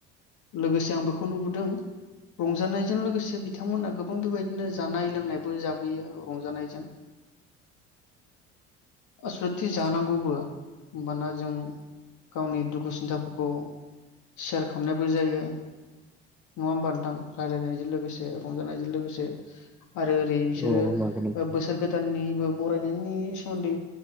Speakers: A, on the left (about 60°); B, in the centre.
A: लोगोसे आं बेखौ नुबोदों रंजानायजों लोगोसे बिथांमोना गोबां बेबायदिनो जानाय- लोंनायबो जाबोयो रंजानायजों आसलथे जानांगौबो होनबाना जों गावनि दुखु सिन्थाफोरखौ सेयार खालामनायबो जायो नङा होमबा नोंथां रायलायनायजों लोगोसे रंजानायजों लोगोसे। आरो ओरै बिसोरो
B: औ नंगौ नोंथां
A: बोसोर गोदाननि बरायनायनि सोमोन्दै